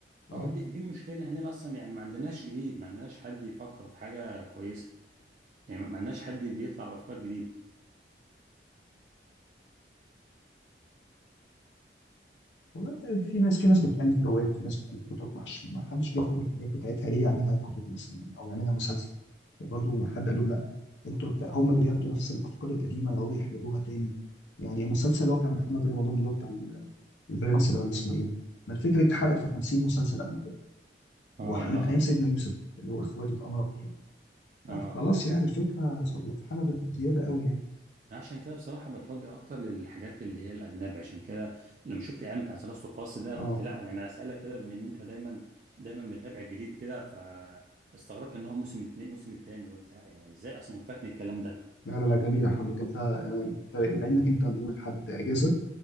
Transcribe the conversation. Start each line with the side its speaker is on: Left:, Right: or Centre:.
Left: أه؟
Right: دي دي المشكله ان احنا اصلا يعني ما عندناش جديد ما عندناش حد يفكر في حاجه كويسه يعني ما عندناش حد بيطلع بافكار جديده
Left: والله بقى في ناس في ناس بتألف روايات وفي ناس بتألف كتب معش- ما حدش بياخد الحاجات بتاعتها ليه يعملها كتب مثلا يعني او يعملها مسلسل يعني برضه ما حد قال لهم لا انتوا اللي بتاع هم اللي بياخدوا نفس الافكار القديمه يقعدوا يحلبوها تاني يعني المسلسل اللي هو بتاع محمد رمضان ده اللي هو بتاع ال- البرنس ده ولا اسمه ايه ده ما الفكره دي اتحرقت في 50 مسلسل قبل كده ومن
Right: اه الله
Left: ايام سيدنا يوسف اللي هو اخواته اتأمروا عليه
Right: اه
Left: فخلاص يعني الفكره اتحلبت بزياده قوي يعني
Right: عشان كده بصراحه بتوجه اكتر للحاجات اللي هي الاجنبي عشان كده لما شفت اعلان بتاع ثلاث فاصل ده قلت
Left: اه
Right: لا يعني اسالك كده بما ان انت دايما دايما متابع جديد كده فاستغربت ان هو موسم اتنين- موسم التاني قلت يعني ازاي اصلا فاتني الكلام ده
Left: لا لا لا جميله يا محمد انت أنا- انت بما انك انت اليوم الاحد اجازه